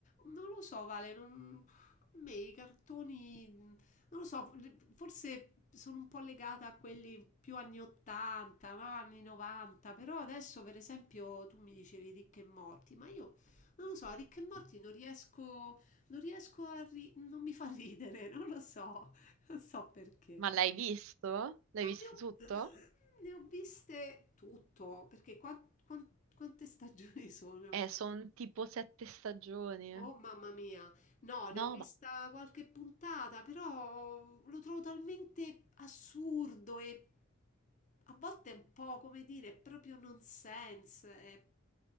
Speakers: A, on the left; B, on the right.
A: Non lo so, Vale, non... a me i cartoni, non lo so, forse sono un po' legata a quelli più anni 80, no? anni 90, però adesso per esempio tu mi dicevi Ricche e Morti, ma io non lo so, Ricche e Morti non riesco, non riesco a ri- non mi fa ridere, <laughs> non lo so, non so perché.
B: Ma l'hai visto? L'hai
A: Ma
B: visto
A: ne ho,
B: tutto?
A: ne ho viste tutto, perché qua- quan- quante stagioni sono?
B: Eh, sono tipo sette stagioni.
A: Oh mamma mia, no, ne
B: No,
A: ho vista
B: ma,
A: qualche puntata, però lo trovo talmente assurdo e a volte è un po', come dire, è proprio nonsense. è-